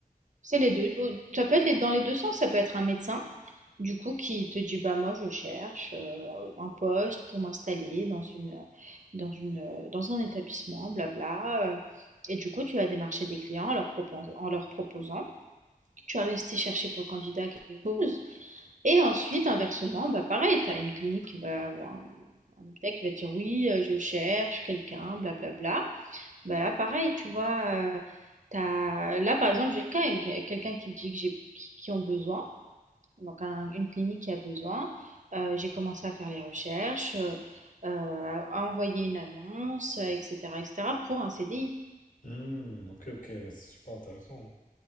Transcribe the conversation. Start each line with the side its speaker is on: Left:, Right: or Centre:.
Right: C'est les deux. Ça peut être dans les deux sens. Ça peut être un médecin, du coup, qui te dit bah moi je cherche euh, un poste pour m'installer dans une, dans une, euh, dans un établissement, blabla. euh, Et du coup, tu vas démarcher des clients en leur propos- en leur proposant. Tu vas rester chercher pour le candidat quelque chose. Et ensuite, inversement, bah pareil, tu as une clinique qui va, ou un, un hôpital qui va te dire oui, euh, je cherche quelqu'un, blablabla. Bah là, pareil, tu vois, euh, t'as- là, par exemple, j'ai le cas, une- quelqu'un qui dit que j'ai, qui, qui ont besoin, donc un- une clinique qui a besoin. Euh, j'ai commencé à faire les recherches, euh, euh, à à envoyer une annonce, euh, etc., etc., pour un CDI.
Left: Hmm, ok, ok, ouais, c'est super intéressant.